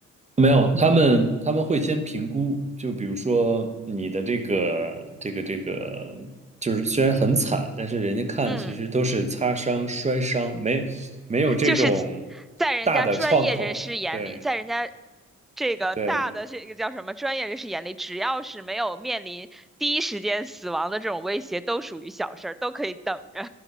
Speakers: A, on the right (about 20°); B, in the centre.
A: 没有，他们他们会先评估，就比如说你的这个这个这个，就是虽然很惨，但是人家看其实都是擦伤、
B: 嗯。
A: 摔伤，没没有这种
B: 就是在人家专业人士眼里，
A: 大的创口。对
B: 在人家这个大的这个叫什么专业人士眼里，
A: 对，
B: 只要是没有面临第一时间死亡的这种威胁，都属于小事儿，都可以等着。